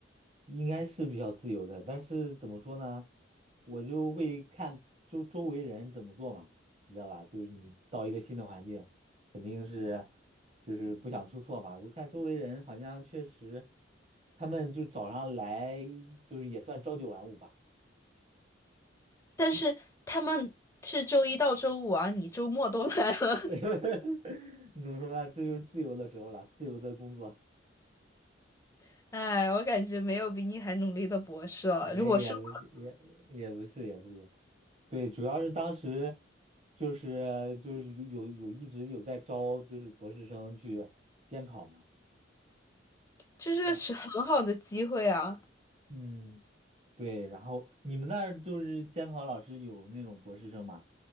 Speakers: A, on the right; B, on the left.
A: 应该是比较自由的，但是怎么说呢，我就会看周周围人怎么做嘛，你知道吧？就是你到一个新的环境，肯定是就是不想出错嘛。我看周围人好像确实，他们就早上来就是也算朝九晚五吧。
B: 但是他们是周一到周五啊，你周末都 <laughs> 来了，
A: <laughs> 你怎么说呢？这就是自由的时候了，自由的工作。
B: <laughs> 哎，我感觉没有比你还努力的博士了。
A: 哎，
B: 如果是我，
A: 也不是，也也不是，也不是。对，主要是当时就是就是有有有一直有在招，就是博士生去监考嘛。
B: 这是个是很好的机会啊，
A: 然嗯，对，然后你们那儿就是监考老师有那种博士生吗？